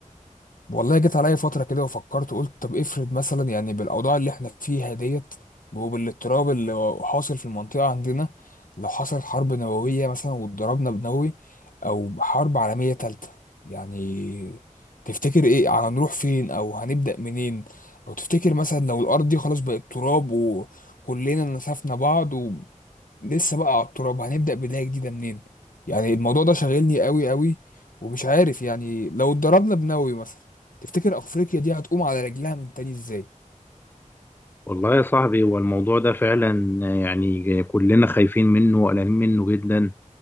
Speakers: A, on the left; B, on the left.
A: والله جيت عليا فترة كده وفكرت وقلت طب افرض مثلا يعني بالأوضاع اللي احنا فيها ديت وبالاضطراب اللي حاصل في المنطقة عندنا لو حصلت حرب نووية مثلا واتضربنا بنووي أو حرب عالمية تالتة يعني تفتكر ايه هنروح فين أو هنبدأ منين أو تفتكر مثلا لو الأرض دي خلاص بقت تراب وكلنا نسفنا بعض لسه بقى على التراب هنبدأ بداية جديدة منين يعني الموضوع ده شاغلني قوي قوي ومش عارف يعني لو اتضربنا بنووي مثلا تفتكر أفريقيا دي هتقوم على رجلها من تاني ازاي
B: والله يا صاحبي هو الموضوع ده فعلا يعني كلنا خايفين منه وقلقانين منه جدا